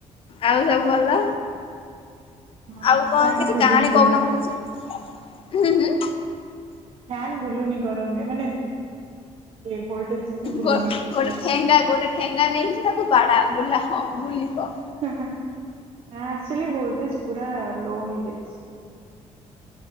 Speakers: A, on the left; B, on the right.
A: ଆଉ ସବୁ ଭଲ
B: ହଁ
A: ଆଉ କଁ
B: ଫ୍ୟାନ
A: କିଛି
B: ବୁଲୁନି
A: କାହାଣୀ
B: ଜମା
A: କହୁନା ମୁଁ କିଛି ହୁଁ ହୁଁ।
B: ଫ୍ୟାାନ ବୁଲୁନି ଗରମରେ ମାନେ ଏ ଭୋଲଟେଜ ନାଇଁ ବୁଲୁନି
A: ଗୋଟ୍
B: ଟୋଟାଲ
A: ଗୋଟେ ଠେଙ୍ଗା ଗୋଟେ ଠେଙ୍ଗା ନେଇକି ତାକୁ ବାଡାଅ ବୁଲା। ହଁ ବୁଲିବ।
B: <unintelligible> ଆକଚୋଲି ଭୋଲଟେଜ୍ ପୁରା ଲୋ ହେଇ ଯାଇଚି।